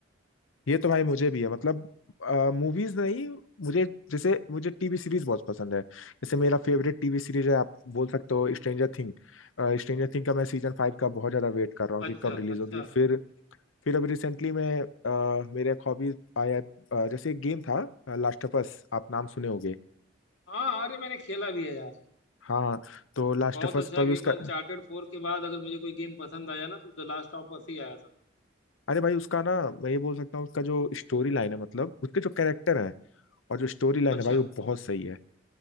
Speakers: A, on the left; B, on the left.
A: ये तो भाई मुझे भी है मतलब मूवीज नहीं मुझे जैसे मुझे टीवी सीरीज बहुत पसंद है जैसे मेरा फेवरेट टीवी सीरीज है आप बोल सकते हो स्ट्रेंजर थिंग स्ट्रेंजर थिंग का मैं सीजन फाइव का बहुत ज्यादा वेट कर रहा हूँ कि
B: अच्छा
A: कब रिलीज
B: अच्छा
A: होगी फिर फिर अभी रिसेंटली मैं अ, मेरे एक हॉबी आया अ, जैसे एक गेम था लास्ट ऑफ अस आप नाम सुने होगे
B: हाँ अरे मैंने खेला भी है यार
A: हाँ तो लास्ट
B: बहुत
A: ऑफ अस
B: अच्छा
A: तो अभी उसका
B: गेम अनचार्टेड फोर के बाद अगर मुझे कोई गेम पसंद आया ना तो द लास्ट ऑफ अस ही आया था
A: अरे भाई उसका ना मैं ये बोल सकता हूँ उसका जो स्टोरी लाइन है मतलब उसके जो कैरेक्टर है और जो स्टोरी लाइन
B: अच्छा
A: है भाई वो बहुत सही है